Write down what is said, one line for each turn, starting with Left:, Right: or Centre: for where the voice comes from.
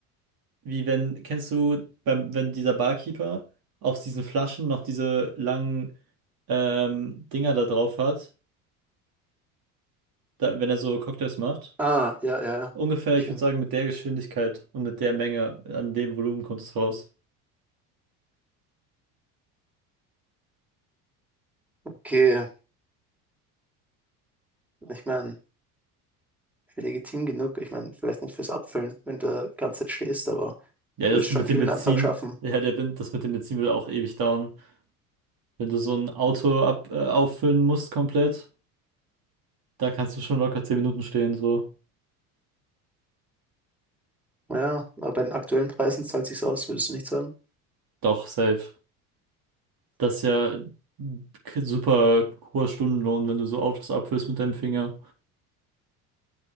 Right: wie wenn, kennst du, beim, wenn dieser Barkeeper aus diesen Flaschen noch diese langen, ähm, Dinger da drauf hat, da, wenn er so Cocktails macht?
Centre: Ah, ja, ja, ja.
Right: Ungefähr,
Centre: Bestimmt.
Right: ich würde sagen, mit der Geschwindigkeit und mit der Menge, an dem Volumen kommt es raus.
Centre: Okay, ich meine. legitim genug. Ich meine, vielleicht nicht fürs Abfüllen, wenn du die ganze Zeit stehst, aber
Right: Ja,
Centre: du
Right: das
Centre: wirst schon
Right: mit
Centre: viel
Right: dem Benzin,
Centre: in einem Tag schaffen.
Right: ja, der, Ben- das mit dem Benzin würde auch ewig dauern. Wenn du so ein Auto ab, äh, auffüllen musst komplett, da kannst du schon locker zehn Minuten stehen, so.
Centre: Ja, aber bei den aktuellen Preisen zahlt sich's aus, würdest du nicht sagen?
Right: Doch, safe. Das ist ja ein k- super hoher Stundenlohn, wenn du so Autos abfüllst mit deinem Finger.